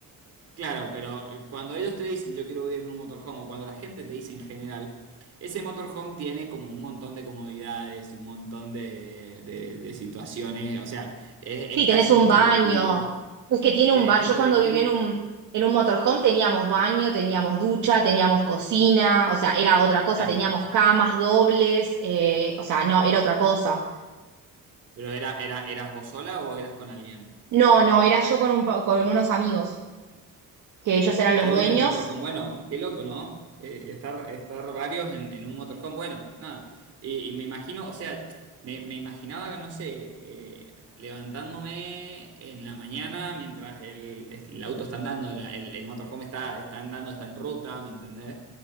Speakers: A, on the right; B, on the right.
A: claro, pero eh, cuando ellos te dicen yo quiero vivir en un motorhome o cuando la gente te dice en general, ese motorhome tiene como un montón de comodidades, un montón de, de- de situaciones, o sea, es, es
B: Sí,
A: casi
B: tenés un
A: un
B: baño.
A: colectivo,
B: Es que tiene
A: tiene
B: un baño.
A: un
B: Yo
A: colectivo,
B: cuando viví en un, en un motorhome teníamos baño, teníamos ducha, teníamos cocina, o sea, era otra cosa,
A: claro,
B: teníamos camas dobles, eh, o sea, no, era otra cosa.
A: pero era, era, ¿eras vos sola o eras con alguien?
B: No, no, era yo con, un, pa- con unos amigos, que ellos eran los
A: Todos
B: dueños.
A: en un motorhome. Bueno, qué loco, ¿no? Eh, estar, estar varios en, en un motorhome. Bueno, nada. Y, y me imagino, o sea, me, me imaginaba, no sé, eh, levantándome en la mañana mientras el, el auto está andando, la- el, el motorhome está, está andando, está en ruta, ¿me entendés?